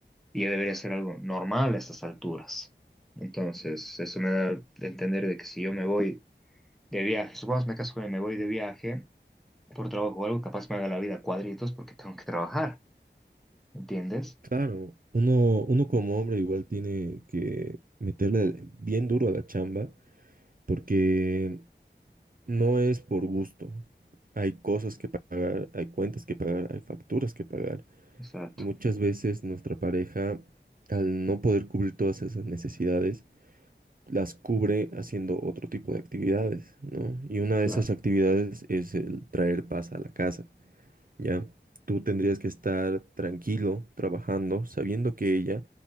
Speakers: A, in the centre; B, on the right (about 50°).
A: y ya debería ser algo normal a estas alturas. Entonces, eso me da a entender de que si yo me voy de viaje. Supongamos me caso con él, me voy de viaje por trabajo o algo, capaz me haga la vida cuadritos porque tengo que trabajar. ¿Entiendes?
B: Claro, uno, uno como hombre igual tiene que meterle bien duro a la chamba porque no es por gusto. Hay cosas que pagar, hay cuentas que pagar, hay facturas que pagar.
A: Exacto,
B: Y muchas veces nuestra pareja, al no poder cubrir todas esas necesidades, las cubre haciendo otro tipo de actividades, ¿no? Y una
A: claro.
B: de esas actividades es el traer paz a la casa, ¿ya? Tú tendrías que estar tranquilo, trabajando, sabiendo que ella